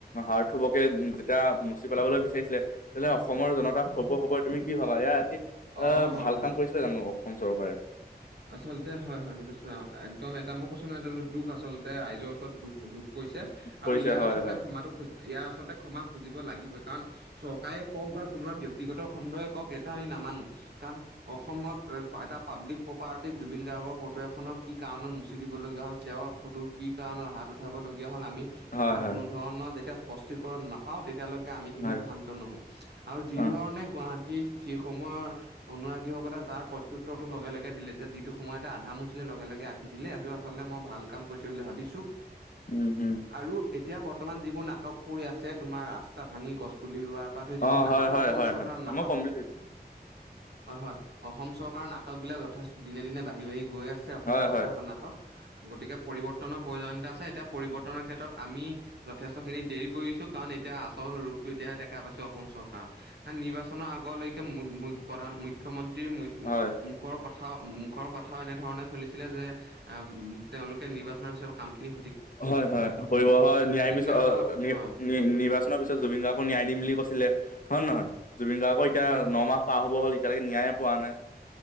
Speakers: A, on the left; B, on the right.
A: হাৰ্থবকে যেতিয়া মচি পেলাবলৈ বিচাৰিছিলে তেতিলে অসমৰ জনতা হ'ব হব তুমি কি ভাবা এয়া এটি
B: অ',
A: আহ ভাল কাম কৰিছিলা জানো অসম চৰকাৰে
B: আচলতে
A: <unintelligible>
B: হয়, হয়, একদম এটা মই কৈছো নয় দুখ আচলতে ৰাইজৰ ওচৰত দুখ লোখ কৰিছে
A: কৰিছে
B: আৰু ইয়াৰ
A: হয়
B: আচলতে
A: হয়
B: ক্ষমাটো খজ ইয়াৰ আচলতে ক্ষমা খুজি লাগিবই কাৰণ চৰকাৰে কওক বা কোনোবা ব্যক্তিগত খণ্ডই এটা আমি নামানো কাৰণ অসমত এটা পাব্লিক প্ৰপাৰ্টিত জুবিন গাৰ্গৰ <unintelligible> ফটো এখননৰ কি কাৰণত মুচি দিব লগগীয়া হ'ল তেওঁৰ ফটো কি কাৰণত হাত উঠাব লগগীয়া হ'ল <unintelligible> আমি
A: হয়
B: তাৰ
A: হয়।
B: কোনো ধৰণৰ যেতিয়া স্পষ্টিকণ নাপাওঁ তেতিয়ালৈকে আমি কিন্তু
A: হয়
B: ক্ষান্ত নহো আৰু যি
A: অ
B: ধৰণে গুৱাহাটীৰ সেই সময়ৰ অনুৰাগীসকলে যাৰ প্ৰত্যুত্তৰটো লগে লগে দিলে যে যিটো সময়ত টা আধা মচিলি লগে লগে আঁকি দিলে আ আচলতে মই ভাল কাম কৰিছো বুলি ভাবিছো
A: উম হম
B: আৰু এতিয়া বৰ্তমান যিবোৰ নাটক কৰি আছে তোমাৰ ৰাস্তা ভাঙি গছ পুলি ৰোৱাৰ ৰি যিবোৰ
A: অ
B: নাটক
A: হয় হয়
B: অসম
A: হয়
B: চৰকাৰৰ
A: হয়
B: নাটক
A: মই কমপ্লিট হয়।
B: হয় হয় অসম চৰকাৰৰ নাটক বিলাক যথেষ্ট দিনে দিনে ব আহি বাঢ়ি গৈ আছে অসম
A: হয়
B: চৰকাৰ কৰ্ণাটক গতিকে পৰিৱৰ্তনৰ প্ৰয়োজনীয়তা আছে এতিয়া পৰিৱৰ্তনৰ ক্ষেত্ৰত আমি যথেষ্টখিনি দেৰি কৰিছো কাৰণ এতিয়া আচল ৰোগতটো এতিয়াহে দেখা পাইছ অসম চৰকাৰ কাৰণ নিৰ্বাচনৰ আগলৈকে প্ৰধান মুখ্যমন্ত্ৰীৰ
A: হয়
B: মুখৰ কথা মুখৰ কথা কথাও এনেধৰণে চলিছিলে যেম তেওঁলোকে নিৰ্বাচনৰ পিছ কাম খিনি
A: হয় হয় কৰিব হয় ন্যায় পিছত
B: গাৰ্গৰ
A: নি
B: হয়
A: নি নিৰ্বাচনৰ পিছত জুবিন গাৰ্গো ন্যায় দিম বুলি কৈছিলে হয় নে নহয় জুবিন গাৰ্গৰ এতিয়া
B: হয় হয়
A: ন মাহ পাৰ হ'ব হ' এতিয়ালৈকে ন্যায়ে পোৱা নাই